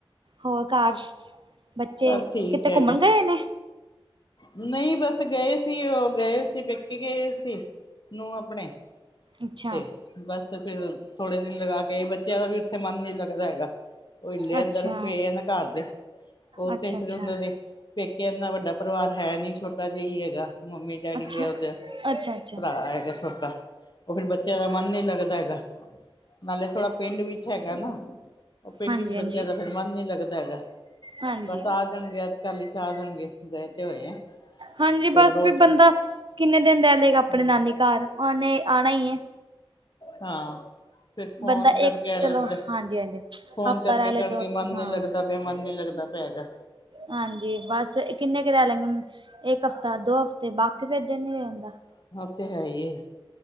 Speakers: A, on the right; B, on the left.
A: ਹੋਰ ਘਰ ਚ, ਬੱਚੇ
B: ਸਭ ਠੀਕ
A: ਕਿਤੇ
B: ਹੈਗੇ
A: ਘੁੰਮਣ ਗਏ ਨੇ?
B: ਨਹੀਂ ਬਸ ਗਏ ਸੀ ਉਹ ਗਏ ਹੋਏ ਸੀ ਪੇਕੇ ਗਏ ਹੋਏ ਸੀ ਨੂੰਹ ਆਪਣੇ।
A: ਅੱਛਾ
B: ਤੇ ਬਸ ਫੇਰ ਥੋੜੇ ਦਿਨ ਲਗਾ ਕੇ ਆਈ ਬੱਚਿਆਂ ਦਾ ਵੀ ਉੱਥੇ ਮਨ ਨੀ ਲੱਗਦਾ ਹੈਗਾ, ਉਹ ਹਿੱਲੇ ਇੱਧਰ
A: ਅੱਛਾ
B: ਪਏ ਆ ਨਾ ਘਰ ਦੇ, ਉੱਥੇ
A: ਅੱਛਾ ਅੱਛਾ
B: ਫਿਰ ਉਹਨਾਂ ਦੇ ਪੇਕੇ ਐਨਾ ਵੱਡਾ ਪਰਿਵਾਰ ਹੈ ਨੀ ਛੋਟਾ ਜਿਹਾ ਹੈਗਾ, ਮੰਮੀ ਡੈਡੀ
A: ਅੱਛਾ
B: ਆ ਉਹਦੇ,
A: ਅੱਛਾ ਅੱਛਾ
B: ਭਰਾ ਹੈਗਾ ਛੋਟਾ ਉਹ ਫਿਰ ਬੱਚਿਆਂ ਦਾ ਮਨ ਨੀ ਲੱਗਦਾ ਹੈਗਾ, ਨਾਲੇ ਥੋੜਾ ਪਿੰਡ ਵੀ ਵਿੱਚ ਹੈਗਾ ਨਾ, ਉਹ ਪਿੰਡ
A: ਹਾਂਜੀ
B: ਚ ਬੱਚਿਆਂ
A: ਹਾਂਜੀ
B: ਦਾ ਫਿਰ ਮਨ ਨੀ ਲੱਗਦਾ ਹੈਗਾ,
A: ਹਾਂਜੀ
B: ਬਸ ਆ ਜਾਣਗੇ ਅੱਜ ਕੱਲ੍ਹ ਹੀ ਚ ਆ ਜਾਣਗੇ ਗਏ ਤੇ ਹੋਏ ਆ।
A: ਹਾਂਜੀ
B: ਤੇ
A: ਬਸ
B: ਰੋਜ਼
A: ਵੀ ਬੰਦਾ ਕਿੰਨੇ ਦਿਨ ਰਹਿ ਲਏਗਾ ਆਪਣੇ
B: ਹਮ
A: ਨਾਨੀ ਘਰ, ਉਹਨੇ ਆਣਾ ਹੀ ਐ।
B: ਹਾਂ। ਫਿਰ ਫ਼ੋਨ
A: ਬੰਦਾ
B: ਕਰਕੇ
A: ਇੱਕ
B: ਐ
A: ਚਲੋ
B: ਲੱਗਦਾ,
A: ਹਾਂਜੀ ਹਾਂਜੀ
B: ਫ਼ੋਨ
A: ਹਫ਼ਤਾ
B: ਕਰਕੇ
A: ਰਹਿ ਲੇ
B: ਕਰਨਗੇ
A: ਦੋ
B: ਮਨ
A: ਹਾਂ
B: ਨੀ ਲੱਗਦਾ ਪਿਆ ਮਨ ਨੀ ਲੱਗਦਾ ਪਿਆ ਹੈਗਾ।
A: ਹਾਂਜੀ ਬਸ ਕਿੰਨੇ <inaudible> ਇੱਕ ਹਫਤਾ, ਦੋ ਹਫ਼ਤੇ ਬਾਕੀ ਫਿਰ ਦਿਨ ਨੀ ਰਹਿੰਦਾ।
B: ਓ ਤੇ ਹੈ ਹੀ ਐ।